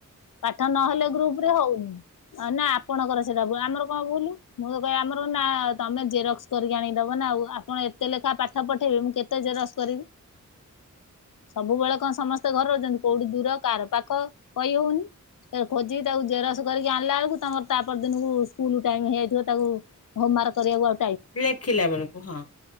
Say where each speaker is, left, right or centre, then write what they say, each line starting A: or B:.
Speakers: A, on the left; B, on the left.
A: ପାଠ ନହେଲେ ଗ୍ରୁପ ରେ ହଉନି, ନା ଆପଣଙ୍କର ସେଟା ଭୁଲ ଆମର କଣ ଭୁଲ ମୁଁ ତ କହି ଆମର ନା, ତମେ ଜେରକ୍ସ କରିକି ଆଣିଦବ ନା, ଆଉ ଆପଣ ଏତେ ଲେଖା ପାଠ <inaudible> ମୁଁ କେତେ ଜେରସ୍କ କରିବି, ସବୁବେଳେ କଣ ସମସ୍ତେ ଘରେ ଅଛନ୍ତି କୋଉଠି ଦୂର କାହାର ପାଖ, କହି ହଉନି, ଖୋଜିକି ତାକୁ ଜେରସ କରିକି ଆଣିଲା ବେଳକୁ ତମର ତା ପର ଦିନକୁ ସ୍କୁଲ ଟାଇମ ହେଇଯାଇଥିବ, ତାକୁ ହୋମୱାର୍କ କରିବାକୁ ଆ
B: ଲେଖିଲା ବେଳକୁ ହଁ,